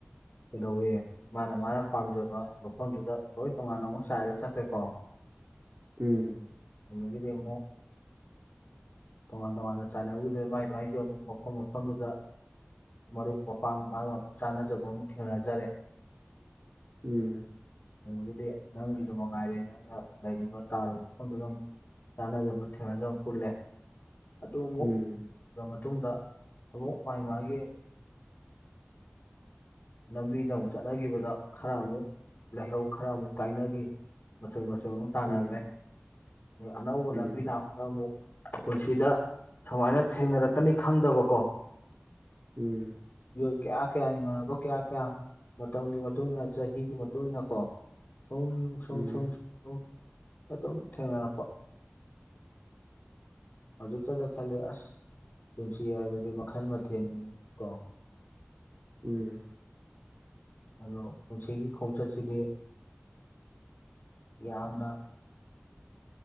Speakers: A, on the left; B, on the right.
A: ꯀꯩꯗꯧꯋꯦ ꯃꯥꯅ ꯃꯥꯅ ꯄꯥꯝꯖꯕ ꯃꯐꯝꯗꯨꯗ ꯂꯣꯏ ꯇꯣꯉꯥꯟꯅ ꯑꯃꯨꯛ ꯆꯥꯏꯔ ꯆꯠꯈ꯭ꯔꯦꯀꯣ
B: ꯎꯝ
A: ꯌꯦꯗꯤ ꯄꯦꯝꯃꯣ ꯇꯣꯉꯥꯟ ꯇꯣꯉꯥꯟ ꯆ ꯁꯥꯟꯅꯕꯗꯨ ꯃꯥꯏ ꯃꯥꯏꯗꯨꯣ ꯑꯃꯨꯛ ꯃꯐꯝ ꯃꯐꯝꯗꯨꯗ ꯃꯔꯨꯞ ꯃꯄꯥꯡ ꯃꯥꯒ ꯑꯃꯨꯛ ꯆꯥꯟꯅꯖꯕ ꯑꯃꯨꯛ ꯊꯦꯡꯅꯖꯔꯦ
B: ꯎꯝ
A: ꯑꯗꯒꯤꯗꯤ ꯅꯪꯒꯤꯁꯨ ꯃꯉꯥꯏꯔꯦ ꯅꯪꯅ ꯂꯩꯔꯤꯕ ꯇꯥꯔꯨꯕ ꯃꯐꯝꯗꯨꯗ ꯆꯥꯅꯖꯕ ꯊꯦꯡꯅꯖꯕ ꯄꯨꯜꯂꯦ ꯑꯗꯨ ꯑꯃꯨꯛꯕ
B: ꯎꯝ
A: ꯃꯇꯨꯡꯗ ꯑꯃꯨꯛ ꯃꯥꯥꯏ ꯃꯥꯒꯤ ꯂꯝꯕꯤꯗ ꯑꯃꯨꯛ ꯆꯠꯅꯈꯤꯕꯗ ꯈꯔ ꯑꯃꯨꯛ ꯂꯥꯏꯍꯧ ꯈꯔ ꯑꯃꯨꯛ ꯀꯥꯏꯅꯈꯤ ꯃꯆꯨ ꯃ ꯁꯣꯏ ꯑꯃꯨꯛ ꯇꯥꯟꯅꯈ꯭ꯔꯦ
B: ꯎꯝ
A: ꯑ ꯑꯅꯧꯕ
B: ꯎꯝ
A: ꯂꯝꯕꯤ ꯂꯥꯛꯄꯗ ꯑꯃꯨꯛ ꯄꯨꯟꯁꯤꯗ ꯁꯨꯃꯥꯏꯅ ꯊꯦꯡꯅꯔꯛꯀꯅꯤ ꯈꯪꯗꯕꯀꯣ
B: ꯎꯝ
A: ꯃꯤꯑꯣꯏ ꯀꯌꯥ ꯀꯌꯥ ꯏꯃꯥꯟꯅꯅꯕꯣ ꯀꯌꯥ ꯀꯌꯥ ꯃꯇꯝꯒꯤ ꯃꯇꯨꯡ ꯏꯟꯅ ꯆꯍꯤꯒꯤ ꯃꯇꯨꯡ ꯏꯟꯅ ꯀꯣ ꯁꯨꯝ ꯁꯨꯝ
B: ꯎꯝ ꯎꯝ
A: ꯁꯨꯝ ꯁꯨꯝ ꯁꯨꯝ ꯑꯗꯨꯝ ꯊꯦꯡꯅꯔꯛꯄ ꯍꯧꯖꯛꯇꯗ ꯈꯦ ꯑꯁ ꯄꯨꯟꯁꯤ ꯍꯥꯏꯕꯁꯤ ꯃꯈꯜ ꯃꯊꯦꯜꯅꯤꯀꯣ
B: ꯎꯝ
A: ꯑꯗꯣ ꯄꯨꯟꯁꯤꯒꯤ ꯈꯣꯡꯆꯠꯁꯤꯗꯤ ꯌꯥꯝꯅ